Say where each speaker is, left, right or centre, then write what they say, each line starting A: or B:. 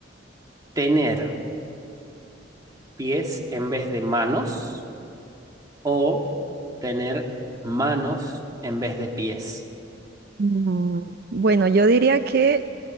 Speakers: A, on the right; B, on the right.
A: ¿Tener pies en vez de manos o tener manos en vez de pies?
B: Mm, Bueno, yo diría que